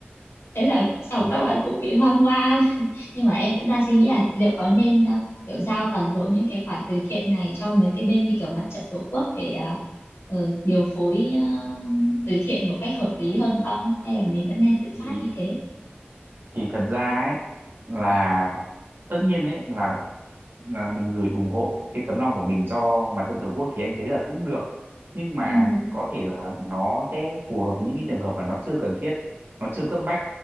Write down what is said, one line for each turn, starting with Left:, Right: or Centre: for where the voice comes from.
Left: thế là sau
Right: thì
Left: các
Right: đó
Left: bạn cũng bị hoang mang nhưng mà em cũng đang suy nghĩ là liệu có nên ờ, kiểu giao toàn bộ những cái khoản từ thiện này cho mấy cái bên như kiểu mặt trận tổ quốc để ờ, ờ, điều phối ờ, từ thiện một cách hợp lý
Right: ừ,
Left: hơn không hay là mình vẫn nên tự
Right: thì
Left: phát như thế
Right: thì thật ra ấy là tất nhiên đấy là, là mình gửi ủng hộ cái tấm lòng của mình cho mặt trận tổ quốc thì anh thấy là cũng được nhưng mà
Left: ừ
Right: có thể là nó sẽ phù hợp với những cái trường hợp mà nó chưa cần thiết nó chưa cấp bách